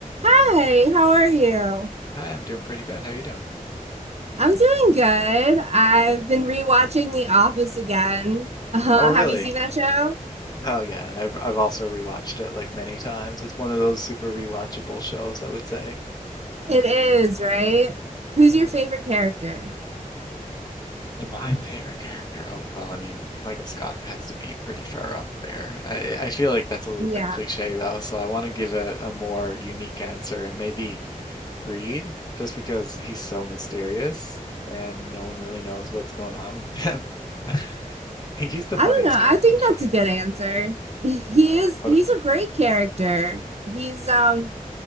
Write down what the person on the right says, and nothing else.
Hey, how are you?
I'm doing good. I've
been rewatching The Office again. <laughs> Uh,
have you seen that show?
It is, right? Who's
your favorite character?
Yeah.
I
don't know.
I think
that's a
good answer. <laughs> He
is
he's a great character. He's um